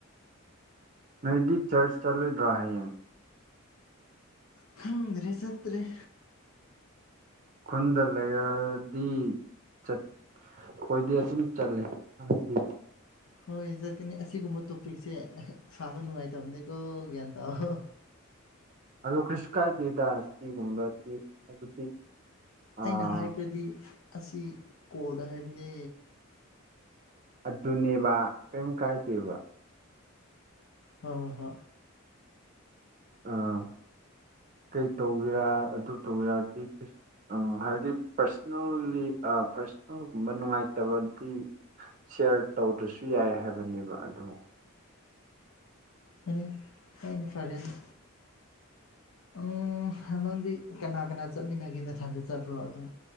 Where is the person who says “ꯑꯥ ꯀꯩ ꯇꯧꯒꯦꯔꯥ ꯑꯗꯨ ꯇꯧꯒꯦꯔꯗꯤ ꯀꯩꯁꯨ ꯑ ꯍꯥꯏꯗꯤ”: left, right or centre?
Right